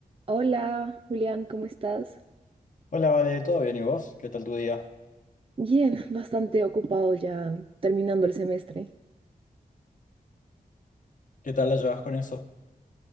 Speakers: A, on the right; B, on the left.
A: Hola, Julián, ¿cómo estás?
B: Hola, Vale, ¿todo bien? ¿Y vos? ¿Qué tal tu día?
A: Bien, <laughs> bastante ocupado ya terminando el semestre.
B: ¿Qué tal la llevas con eso?